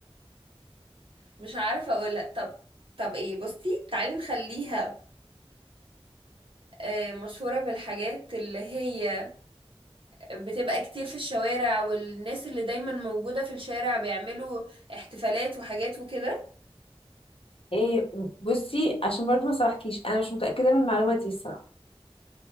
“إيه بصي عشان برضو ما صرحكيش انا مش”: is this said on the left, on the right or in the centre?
Left